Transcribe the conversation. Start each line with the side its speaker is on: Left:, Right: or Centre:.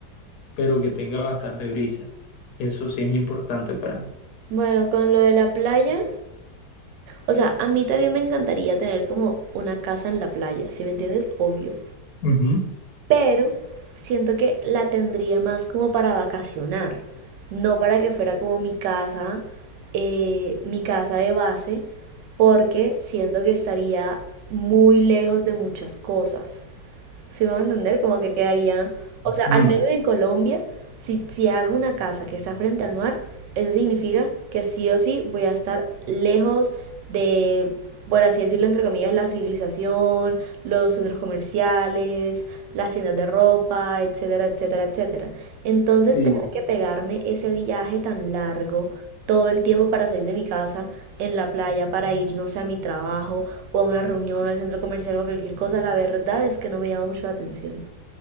Left: pero que tenga bastante brisa. Eso sí es importante para mí.
Right: Bueno, con lo de la playa, O sea, a mí también me encantaría tener como una casa en la playa, si me entiendes? Obvio.
Left: Ujú.
Right: Pero siento que la tendría más como para vacacionar, no para que fuera como mi casa, eh, mi casa de base, porque siento que estaría muy lejos de muchas cosas. ¿Sí me va a entender? Como que quedaría, o sea, al
Left: Ujú.
Right: menos en Colombia, si, si hago una casa que está frente al mar, eso significa que sí o sí voy a estar lejos de, por así decirlo, entre comillas, la civilización, los centros comerciales, las tiendas de ropa, etcétera, etcétera, etcétera. Entonces,
Left: Sí,
Right: tener que pegarme ese viaje tan largo todo el tiempo para salir de mi casa en la playa, para ir, no sé, a mi trabajo o a una reunión o al centro comercial o cualquier cosa, la verdad es que no me llama mucho la atención.